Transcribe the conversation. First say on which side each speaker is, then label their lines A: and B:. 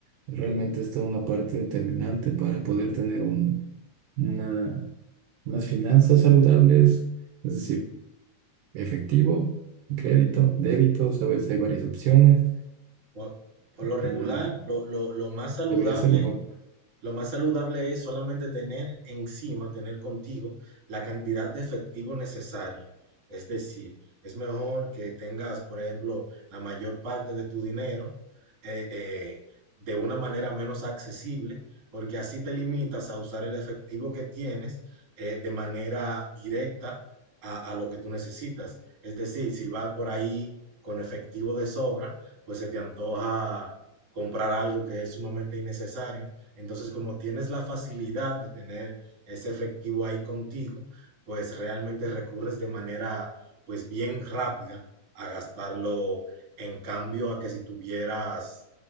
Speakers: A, on the right (about 80°); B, on the right (about 50°).
A: realmente esta una parte determinante para poder tener un, una, unas finanzas saludables? Es decir, efectivo, crédito, débito, sabes, hay varias opciones.
B: Por, por lo regular,
A: Una
B: lo, lo- lo más saludable
A: debería ser mejor.
B: Lo más saludable es solamente tener encima, tener contigo la cantidad de efectivo necesaria. Es decir, es mejor que tengas, por ejemplo, la mayor parte de tu dinero eh, eh, de una manera menos accesible, porque así te limitas a usar el efectivo que tienes eh, de manera directa a, a lo que tú necesitas. Es decir, si vas por ahí con efectivo de sobra, pues se te antoja comprar algo que es sumamente innecesario entonces, como tienes la facilidad de tener ese efectivo ahí contigo, pues realmente recurres de manera, pues bien rápida a gastarlo en cambio a que si tuvieras